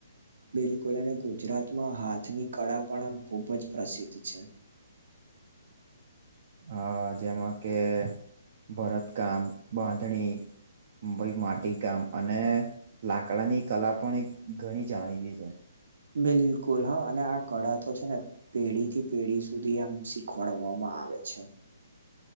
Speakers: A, on the right (about 70°); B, on the right (about 40°).
A: બિલકુલ અને ગુજરાતમાં હાથની કળા પણ આમ ખૂબ જ પ્રસિદ્ધ છે.
B: હ, જેમાં કે ભરતકામ, બાંધણી ભાઈ માટી કામ અને લાકડાની કલા પણ એક ઘણી જાણીતી છે.
A: બિલકુલ હા અને આ કળા તો છે, ને પેઢી થી પેઢી સુધી આમ શીખવાડવામાં હા, આગ છે.